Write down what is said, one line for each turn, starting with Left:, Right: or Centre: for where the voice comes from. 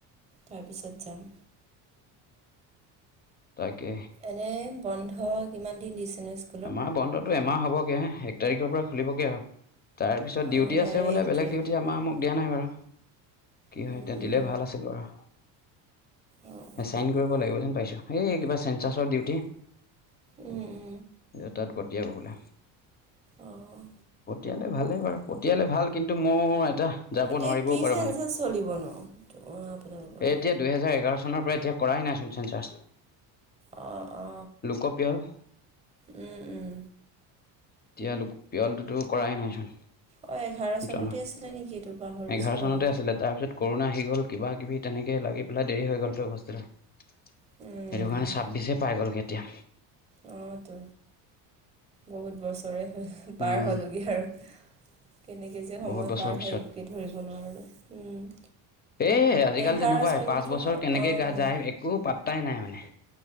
Right: তাৰপিছত যাম।
Left: তাকে।
Right: এনে বন্ধ কিমান দিন দিছে ন স্কু
Left: আমাৰ বন্ধটো এমাহ হ'বগে এক তাৰিখৰ পৰা খুলিবগে আৰু। তাৰপিছত
Right: অ',
Left: ডিউটি
Right: ডাইৰেক্ট
Left: আছে বোলে বেলেগ
Right: ট্ৰেক
Left: ডিউটি আমাৰ মোক দিয়া নাই বাৰু। কি
Right: উম,
Left: হয় এতিয়া
Right: উম।
Left: দিলে ভাল আছিল বাৰু।
Right: অ',
Left: এচাইন কৰিব লাগিব যেন পাইছো এই কিবা চেঞ্চাছৰ ডিউটি।
Right: উম উম
Left: ইয়া তাত পঠিয়াব বোলে
Right: অ'।
Left: পঠিয়ালে ভালে বাৰু পঠিয়ালে ভাল কিন্তু মোৰ এটা যাব
Right: এতিয়া
Left: নোৱাৰিবও
Right: কি
Left: পাৰোঁ
Right: চেঞ্চাছ
Left: মানে
Right: চলিব নো অ আপোনালোকৰ?
Left: এই এতিয়া দুহেজাৰ এঘাৰ চনৰ পৰা এতিয়া কৰাই নাইচোন চেঞ্চাছ।
Right: অ অ
Left: লোকপিয়ল
Right: উম উম
Left: এতিয়া লোক পিয়লটোতো কৰাই নাইচোন
Right: অ', এঘাৰ চনতে
Left: জনা
Right: আছিলে নেকি এইটো পাহৰিছোঁ
Left: এঘাৰ চনতে
Right: আৰু।
Left: আছিলে তাৰপিছত কৰোণা আহি গ'ল কিবা কিবি তেনেকে লাগি পেলাই দেৰি হৈ গ'লতো টো বস্তুটো। সেইটো
Right: উম,
Left: কাৰণে ছাব্বিশে পাই গ'ল এতিয়া।
Right: অ তো বহুত বছৰে হ'ল। পাৰ
Left: উম,
Right: হ'লগে আৰু কেনেকে যে সময়
Left: বহুত বছৰৰ
Right: পাৰ
Left: পিছত
Right: হয় একো ধৰিব নোৱাৰোঁ। উম
Left: এ আজিকালি
Right: এঘাৰ
Left: তেনেকুৱাই,
Right: চনটোতো
Left: পাঁচ বছৰ কেনেকে
Right: অ'।
Left: গা যায় একো পাত্তাই নাই মানে,